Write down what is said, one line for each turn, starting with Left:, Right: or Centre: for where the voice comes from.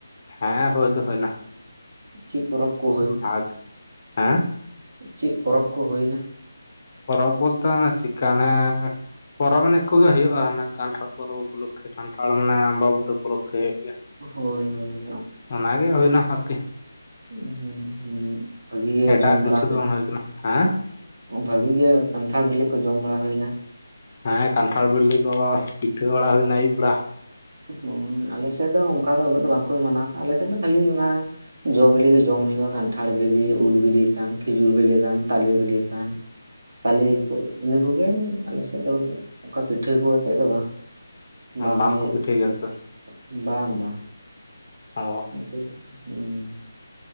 Left: ᱦᱮᱸ ᱦᱳᱭ ᱫᱚ ᱦᱩᱭᱱᱟ
Right: ᱪᱮᱫ ᱯᱚᱨᱚᱵᱽ ᱠᱚ
Left: ᱵᱷᱟᱜᱽ ᱦᱮᱸ
Right: ᱪᱮᱜ ᱯᱚᱨᱚᱵᱽ ᱠᱚ ᱦᱩᱭᱱᱟ?
Left: ᱵᱚᱨᱚᱵ ᱵᱚᱞᱛᱮ ᱚᱱᱮ ᱪᱤᱠᱟ ᱚᱱᱮ ᱯᱚᱨᱚᱵᱽ ᱮᱱᱮᱡ ᱠᱚᱜᱮ ᱦᱩᱭᱩᱜᱼᱟ, ᱚᱱᱮ ᱠᱟᱱᱴᱷᱟᱲ ᱯᱚᱨᱚᱵ ᱩᱯᱚᱞᱚᱠᱠᱷᱮ ᱠᱟᱱᱴᱷᱟᱲ ᱢᱟᱱᱮ ᱟᱢᱵᱟ ᱵᱩᱛᱤ ᱩᱯᱚᱞᱚᱠᱠᱷᱚᱮ ᱦᱩᱭᱩᱜ ᱜᱮᱭᱟ ᱾
Right: ᱦᱳᱭ ᱦᱳᱭ
Left: ᱚᱱᱟᱜᱮ ᱦᱩᱭᱱᱟ ᱟᱨᱠᱤ
Right: ᱩᱸ ᱦᱩᱸ ᱵᱷᱟᱹᱜᱤ ᱜᱮ
Left: ᱮᱴᱟᱜ
Right: ᱡᱚᱢ
Left: ᱠᱤᱪᱷᱩ
Right: ᱵᱟᱲᱟ
Left: ᱫᱚ ᱵᱟᱝ ᱦᱩᱭ ᱠᱟᱱᱟ ᱦᱮᱸ
Right: ᱵᱷᱟᱜᱤ ᱜᱮ ᱠᱟᱱᱴᱷᱟᱲ ᱵᱤᱞᱮ ᱠᱚ ᱡᱚᱢ ᱵᱟᱲᱟ ᱦᱩᱭᱮᱱᱟ
Left: ᱦᱮᱸ ᱠᱟᱱᱴᱷᱟᱲ ᱵᱤᱞᱤ ᱠᱚ ᱯᱤᱴᱷᱟᱹ ᱵᱟᱲᱟ ᱦᱩᱭᱱᱟ ᱟᱹᱭᱩᱵ ᱵᱮᱲᱟ
Right: ᱦᱩᱸ ᱟᱞᱮᱥᱮᱫ ᱫᱚ ᱚᱝᱠᱟ ᱫᱚ ᱩᱱᱟᱹᱜ ᱫᱚ ᱵᱟᱝᱠᱚ ᱢᱟᱱᱟᱣᱟ ᱟᱞᱮᱥᱮᱫ ᱫᱚ ᱠᱷᱟᱹᱞᱤ ᱚᱱᱟ ᱡᱚ ᱵᱤᱞᱤ ᱜᱮ ᱡᱚᱢ ᱦᱩᱭᱩᱜᱼᱟ ᱠᱟᱱᱴᱷᱟᱲ ᱵᱤᱞᱤ ᱩᱞ ᱵᱤᱞᱤ ᱠᱟᱱ ᱠᱷᱤᱡᱩᱨ ᱵᱤᱞᱤ ᱠᱟᱱ ᱛᱟᱞᱮ ᱵᱤᱞᱤ ᱠᱟᱱ ᱛᱟᱞᱮ ᱠᱚ ᱤᱱᱟᱹ ᱠᱚᱜᱮ ᱟᱞᱮ ᱥᱮᱫ ᱫᱚ ᱚᱝᱠᱟ ᱯᱤᱴᱷᱟᱹ ᱠᱚ ᱟᱛᱮᱜ ᱫᱚ ᱵᱟᱝ ᱵᱟᱝᱞᱮ
Left: ᱵᱟᱝᱠᱚ ᱯᱤᱴᱷᱟᱹᱭ ᱜᱮᱭᱟ ᱱᱚᱛᱮ ᱫᱚ
Right: ᱵᱟᱝ ᱵᱟᱝ
Left: ᱚ
Right: <unintelligible>